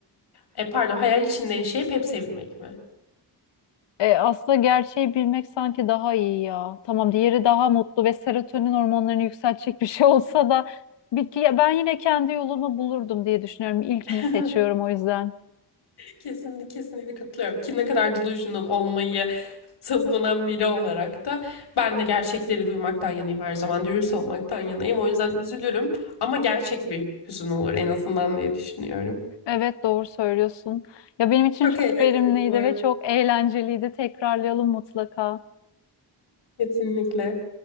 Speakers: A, on the left; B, on the left.
A: e, pardon hayal içinde yaşayıp hep sevilmek mi?
B: E, aslında gerçeği bilmek sanki daha iyi ya. Tamam diğeri daha mutlu ve serotonin hormonlarını yükseltecek bir şey olsa da bir, ki- ben yine kendi yolumu bulurdum diye düşünüyorum. İlkini
A: <laughs>
B: seçiyorum o yüzden.
A: Kesinlikle, kesinlikle katılıyorum ki ne kadar delusional olmayı savunan biri olarak da ben de gerçekleri duymaktan yanayım her zaman dürüst olmaktan yanayım o yüzden üzülürüm ama gerçek bir hüzün olur en azından diye düşünüyorum.
B: Evet doğru söylüyorsun. Ya benim için
A: Çok
B: çok
A: eğlenceli
B: verimliydi
A: bu arada.
B: ve çok eğlenceliydi. Tekrarlayalım mutlaka.
A: Kesinlikle.